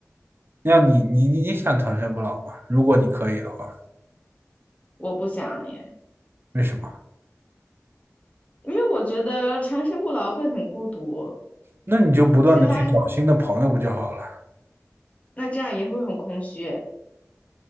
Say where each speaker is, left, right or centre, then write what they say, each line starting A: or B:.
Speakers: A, on the right; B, on the left.
A: 要你你你想长生不老吗？如果你可以的话，
B: 我不想耶，
A: 为什么？
B: 因为我觉得长生不老会很孤独，
A: 那你就不断的去找新的朋友不就好了？
B: 其他那这样也会很空虚。